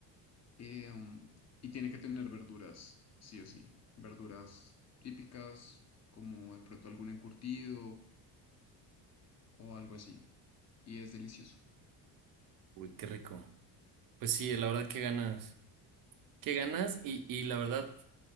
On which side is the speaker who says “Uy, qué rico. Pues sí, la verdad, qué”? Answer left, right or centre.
Right